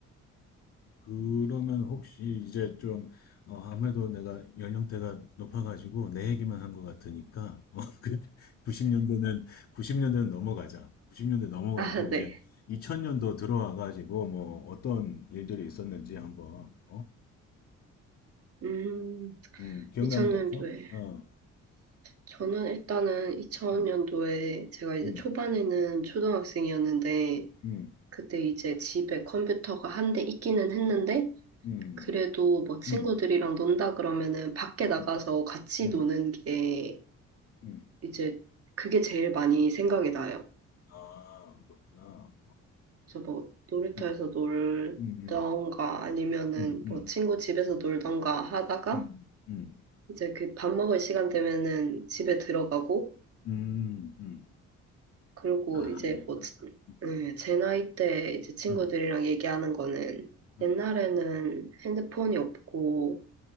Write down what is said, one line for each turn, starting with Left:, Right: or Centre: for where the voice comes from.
Left: 그러면 혹시 이제 좀, 어, 아무래도 내가 연령대가 높아가지고 내 얘기만 한 것 같으니까, <laughs> 어, 그 90년대는, 90년대는 넘어가자. 90년대 넘어가고
Right: 아,
Left: 이제
Right: 네.
Left: 2000년도 들어와가지고 뭐 어떤 일들이 있었는지 한번, 어?
Right: 음,
Left: 음, 기억나는
Right: 2000년도에.
Left: 거 없어? 어.
Right: 저는 일단은 2000년도에
Left: 음.
Right: 제가 이제
Left: 음.
Right: 초반에는 초등학생이었는데
Left: 음.
Right: 그때 이제 집에 컴퓨터가 한 대 있기는 했는데
Left: 음.
Right: 그래도 뭐 친구들이랑
Left: 음.
Right: 논다 그러면은 밖에 나가서
Left: 음.
Right: 같이
Left: 음.
Right: 노는 게
Left: 음.
Right: 이제 그게 제일 많이 생각이 나요.
Left: 아 그렇구나.
Right: 그래서 뭐 놀이터에서
Left: 음.
Right: 놀던가
Left: 음 음.
Right: 아니면은
Left: 음음. 음.
Right: 뭐 친구 집에서 놀던가 하다가
Left: 음. 음.
Right: 이제 그 밥 먹을 시간 되면은 집에 들어가고
Left: 음. 음, 음.
Right: 그리고
Left: 아.
Right: 이제 뭐, 지-
Left: 음.
Right: 네, 제 나이 때 이제 친구들이랑
Left: 음.
Right: 얘기하는 거는
Left: 음.
Right: 옛날에는 핸드폰이 없고